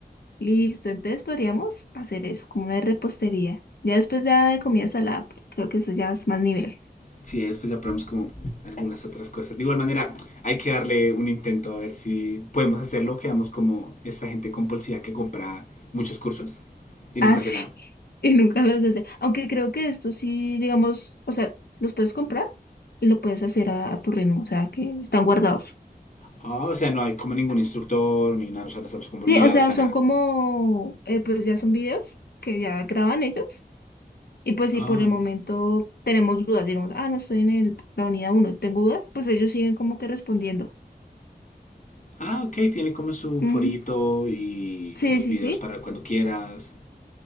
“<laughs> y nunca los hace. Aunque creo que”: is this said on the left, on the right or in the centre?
Left